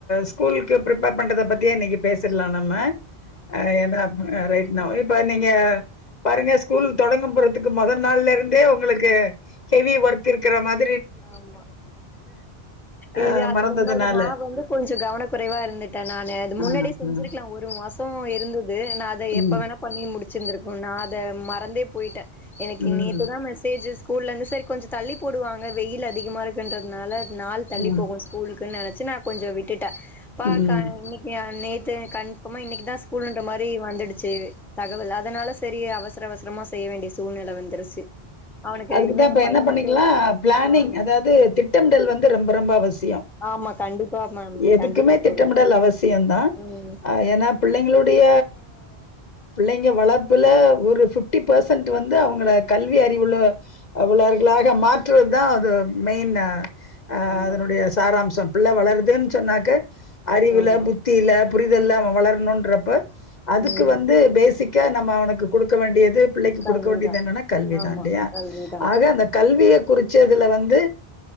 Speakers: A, on the left (about 45°); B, in the centre.
A: ஸ்கூலுக்கு ப்ரிப்பேர் பண்றத பத்தியே இன்னைக்கு பேசிடலா நம்ம ஆ ஏன்ட அ ரைட் நா
B: ஆ
A: இப்ப நீங்க பாருங்க ஸ்கூல் தொடங்க போறதுக்கு மொதல் நாள்ல இருந்தே உங்களுக்கு ஹெவி ஒர்க் இருக்கிற மார்
B: ஆமா
A: அ
B: ஏது அது
A: மறந்ததுனால
B: என்னோட நா வந்து கொஞ்சோ கவன குறைவா இருந்துட்ட நாள அது முன்னாடியே
A: ஆ ஆ
B: செஞ்சிருக்கலா ஒரு மாச சோ இருந்துது நா அத
A: ம்
B: எப்போ வேணா பண்ணி முடிச்சிருந்திருக்கு நா அத மறந்தே போயிட்டே எனக்கு
A: ம்
B: நேத்து தா மெசேஜ் ஸ்கூல்ல இருந்து சரி கொஞ்ச தள்ளி போடுவாங்க வெயில் அதிகமா இருக்குன்றதுனால நாள் தள்ளி
A: ம்
B: போகு ஸ்கூலுக்குன்னு நெனைச்சு நா கொஞ்ச விட்டுட்டே பாக்கா
A: ம்
B: இன்னைக் யா நேத்து கன்ஃபார்மா இன்னைக்குதா ஸ்கூல்ன்ற மாரி வந்துடுச்சு தகவல் அதனால சரி அவசர அவசரமா செய்ய வேண்டிய சூழ்நிலை வந்துருச்சு அவனுக்கு
A: அதுக்குதா
B: இன்னு
A: இப்ப
B: எ பையனுக்கு
A: என்ன பண்ணிக்கலா பிளானிங்
B: ஆ
A: அதாது திப் ட்டமிடல் வந்து ரொம்ப ரொம்ப அவசியோ
B: ஆமா கண்டிப்பா மேம்
A: எதுக்குமே
B: கண்டிப்பா தோழி
A: திட்டமிடல் அவசியோ தா
B: ம்
A: அ ஏனா பிள்ளைங்களுடைய பிள்ளைங்க வளர்ப்புல ஒரு பிஃப்டி பெர்சன்ட் வந்து அவுங்கள கல்வி அறிவுல்ல உள்ளவர்களாக மாற்றுவது தா அது மெயின் ஆ ஆ
B: ஆமா
A: அதனுடைய சாராம்சம் பிள்ளை வளருதுன்னு சொன்னாக்க அறிவுல
B: ஆமா
A: புத்தில புரிதல்ல வளரணும்ன்றப்ப அதுக்கு
B: ம்
A: வந்து பேசிக் கா நம்ம அவனுக்கு குடுக்க வேண்டியது பிள்ளைக்கு
B: கல்விதா
A: குடுக்க வேண்டியது என்னன்னா கல்விதா
B: ஆமா
A: இல்லையா
B: கல்விதா
A: ஆ து அந்த கல்விய குறிச்சதுல வந்து